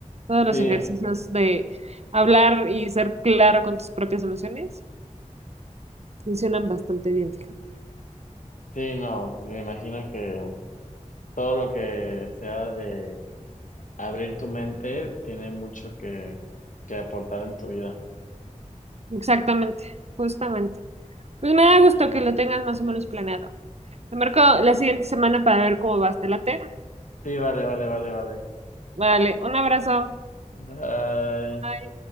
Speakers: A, on the right; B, on the left.
A: Todos los
B: Sí,
A: ejercicios de hablar y ser claro con tus propias emociones funcionan bastante bien, fíjate.
B: sí, no, me imagino que todo lo que sea de abrir tu mente tiene mucho que, que aportar en tu vida.
A: Exactamente, justamente. Pues me da gusto que lo tengas más o menos planeado. Te marco la siguiente semana para ver cómo vas, ¿te late?
B: Sí, vale, vale, vale, vale.
A: Vale, un abrazo.
B: Bye.
A: Bye.